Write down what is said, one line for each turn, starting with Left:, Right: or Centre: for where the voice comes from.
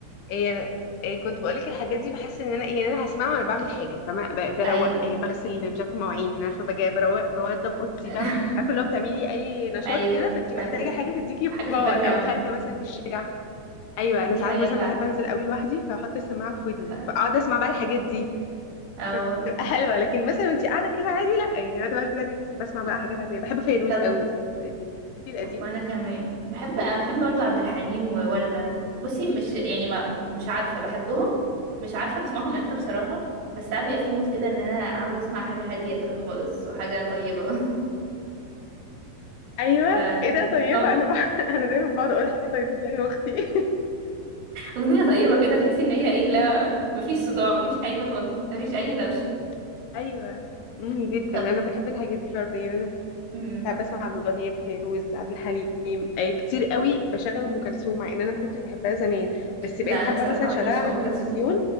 Left: إيه إيه كنت بقولك الحاجات دي بحس ان انا ايه يعني انا هسمعها وانا بعمل حاجه فما ب- بروق
Right: أيوه
Left: إيه بغسل مش عارفه مواعين عارفه بجي بروق بوضب اوضتي
Right: <laughs>
Left: بعمل عارفه اللي هو بتعملي اي نشاط
Right: ايوه
Left: كده فانت
Right: تعبير
Left: محتاجه حاجه تديكي
Right: حاجه
Left: باور
Right: في الباك جراوند
Left: او خارجه مثلا في الشارع ايوه انا
Right: دي
Left: ساعات
Right: حقيقه
Left: مثلا
Right: فعلا
Left: بحب انزل قوي لوحدي فاحط السماعه في ودني
Right: ف...
Left: فاقعد اسمع بقى الحاجات دي
Right: أو...
Left: فتبقى <laughs> حلوه لكن مثلا وانت قاعده كده عادي لا يعني قاعده بقى كده عادي بسمع بقى حاجات عاديه بحب فيروز
Right: طب
Left: قوي مثلا في القديم بتحبي القديم
Right: وانا كمان بحب انا بحب برضو عبد الحليم ووردة بصي مش يعني ما مش عارفه بحبهم مش عارفه بسمعهم امتى بصراحه بس ساعات بيبقى في مود كده ان انا عاوزه
Left: مم.
Right: اسمع حاجه هاديه كده خالص وحاجه طيبه
Left: ايوه
Right: <laughs> ف
Left: ايه ده طيبه
Right: ب...
Left: انا بح... <laughs> انا دايما بقعد اقول حاجه طيبه دي انا واختي
Right: اغنيه طيبه كده تحسي ان هي ايه لا مفيش صداع مفيش حاجه خالص مفيش اي دوشه
Left: <laughs> ايوه مم، جدا
Right: طب
Left: انا بحب الحاجات دي برضه يعني انا
Right: مم.
Left: ساعات بسمع عبد الوهاب فيروز عبد الحليم آه، كتير قوي بشغل ام كلثوم مع ان انا ما كنتش بحبها زمان بس بقيت
Right: لا
Left: حابه
Right: انا صراحه
Left: مثلا اشغلها
Right: ماليش
Left: على
Right: في ام
Left: التلفزيون
Right: كلثوم